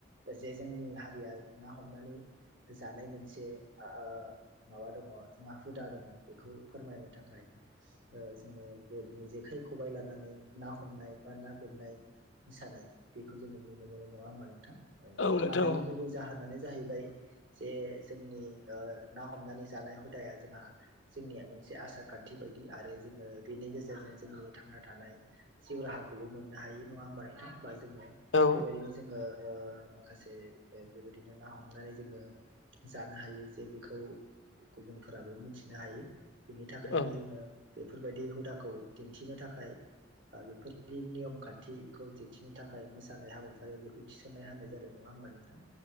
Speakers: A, on the right; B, on the left.
A: जे जोंनि हारिया ना हमनानै जानाय मोनसे ओ माबा दङ जोंहा हुदा दङ बेखौ फोरमायनो थाखाय ओ जोङो बेबायदिनो जेखाइ खबाइ लानानै ना हमनाय बा ना गुरनाय मोसानाय बेखौ जोङो नुनो मोनो नङा होमबा नोंथां? बेखौ
B: औ नोंथां
A: लानायनि गुबै जाहोनानो जाहैबाय जे जोंनि ओ ना हमनानै जानाय हुदाया ज जोंहा जोंनिया मोनसे आसार खान्थि बायदि आरो जोङो बिनि गेजेरजों जोंनि थांना थानाय जिउ राहाखौबो मोननो हायो नङा होमबा नोंथां होमबा जोङो
B: औ
A: बेबायदिनो जोङो ओ माखासे बेबायदिनो ना हमनानै जोङो जानो हायो जे बेखौ गुबुन फोराबो मिथिनो हायो बिनि थाखायनो
B: औ
A: जोङो बेफोरबायदि हुदाखौ दिन्थिनो थाखाय बा बेफोरदि नियम खान्थिखौ दिन्थिनो थाखाय मोसानाय हाबाफारिया बेखौ थिसन्नाय होनाय जादों नङा होमबा नोंथां?